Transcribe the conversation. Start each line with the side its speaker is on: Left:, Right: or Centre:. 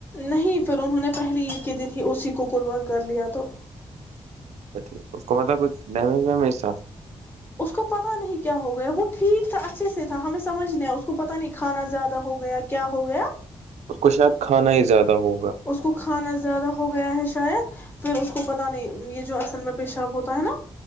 Left: نہیں پھر انہوں نے پہلی عید کے دن ہی اسی کوکربان کر لیا تو
Right: اچھا ٹھیک اس کو مطلب کچھ ڈیمیج ویمیج تھا
Left: اس کو پتا نہیں کیا ہو گیا وہ ٹھیک تھا اچھے سے تھا ہمیں سمجھ نہیں آ اس کو پتا نہیں کھانا زیادہ ہو گیا کیا ہو گیا
Right: اس کو شاید کھانا ہی زیادہ ہو
Left: اس کو کھانا زیادہ ہو گیا ہے شاید پھر اس کو پتہ نہیں یہ جو اصل میں پیشاب ہوتا ہے نا